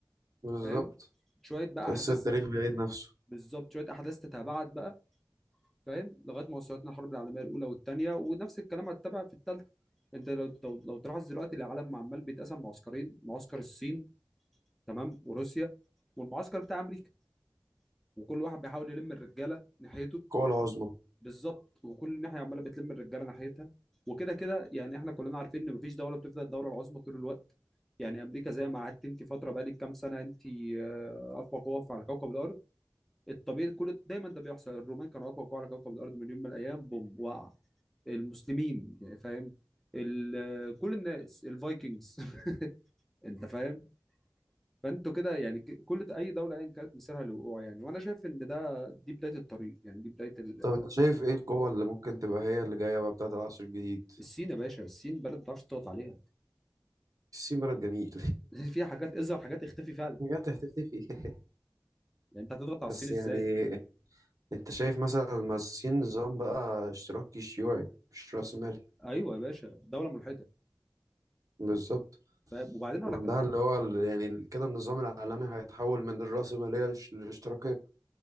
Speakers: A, on the right; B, in the centre.
A: بالظبط
B: فاهم شويه بقى
A: تحس
B: احداث
A: التاريخ بيعيد نفسه
B: بالظبط شويه احداث تتابعت بقى فاهم لغايه ما وصلتنا الحرب العالميه الاولى والثانيه ونفس الكلام هتتابع في الثالثه انت لو لو, لو تلاحظ دلوقتي العالم عمال بيتقسم معسكرين معسكر الصين تمام وروسيا والمعسكر بتاع امريكا وكل واحد بيحاول يلم الرجاله ناحيته
A: القوة العظمى
B: بالظبط وكل ناحيه عماله بتلم الرجاله ناحيتها وكده كده يعني احنا كلنا عارفين ان مفيش دوله بتفضل الدوله العظمى طول الوقت يعني امريكا زي ما قعدت انت فتره بقالك كام سنه انت آه، اقوى قوه على كوكب الارض الطبيعي كل دايما ده بيحصل الرومان كانوا اقوى قوه على كوكب الارض من يوم من الايام بوم وقع المسلمين يعني فاهم ال- كل الناس الفايكنجز <laughs> انت فاهم فانتوا كده يعني ك- كل ده اي دوله ايا كانت مسيرها للوقوع يعني وانا شايف ان ده دي بدايه الطريق يعني دي بدايه ال-
A: طب انت شايف ايه القوة اللي ممكن تبقى هي اللي جاية بقى بتاعت العصر الجديد
B: الصين يا باشا الصين بلد ما تعرفش تضغط عليها
A: الصين بلد جميل
B: فيها حاجات اظهر حاجات اختفي فعلا
A: <laughs> بجد هتختفي <laughs>
B: يعني انت هتضغط على
A: بس
B: الصين ازاي
A: يعني انت شايف مثلا ما الصين نظام بقى اشتراكي شيوعي مش رأسمالي
B: ايوه يا باشا دوله ملحده
A: بالظبط
B: فاهم وبعدين اقول
A: وعندها
B: لك على حاجه
A: اللي هو ال- يعني ال- كده النظام العالمي هيتحول من الرأسمالية للش- للاشتراكية